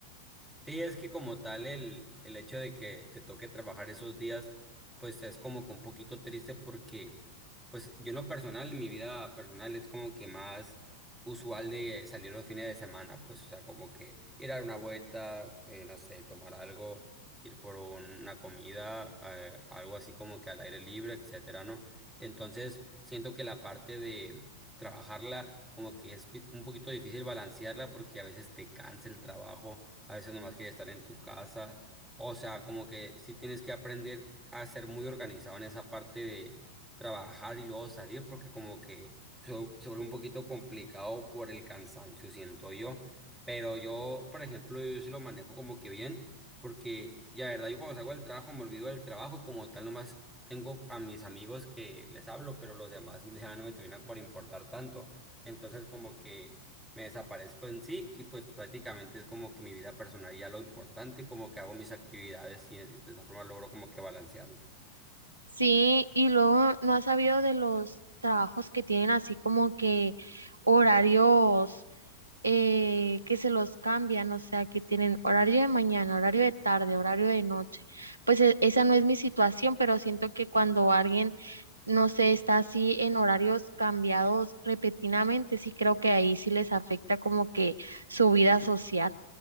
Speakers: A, in the centre; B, on the right.
A: Sí, es que como tal el, el hecho de que te toque trabajar esos días, pues es como que un poquito triste porque Pues yo en lo personal, en mi vida personal es como que más usual de salir los fines de semana, pues o sea, como que ir a dar una vuelta, eh, no sé, tomar algo, ir por una comida, eh, algo así como que al aire libre, etcétera, ¿no? Entonces siento que la parte de trabajarla como que es bi- un poquito difícil balancearla porque a veces te cansa el trabajo, a veces nomás quieres estar en tu casa, o sea, como que sí tienes que aprender a ser muy organizado en esa parte de trabajar y luego salir porque como que se, se vuelve un poquito complicado por el cansancio, siento yo. Pero yo, por ejemplo, yo sí lo manejo como que bien porque ya, verdad, yo cuando salgo del trabajo me olvido del trabajo y como tal nomás tengo a mis amigos que les hablo, pero los demás <laughs> ya no me terminan por importar tanto. Entonces como que me desaparezco en sí y pues prácticamente es como que mi vida personal ya lo importante, como que hago mis actividades y de esa forma logro como que balancearlo.
B: Sí, y luego no has sabido de los trabajos que tienen así como que horarios eh, que se los cambian, o sea, que tienen horario de mañana, horario de tarde, horario de noche. Pues e- esa no es mi situación, pero siento que cuando alguien, no sé, está así en horarios cambiados repetidamente, sí creo que ahí sí les afecta como que su vida social.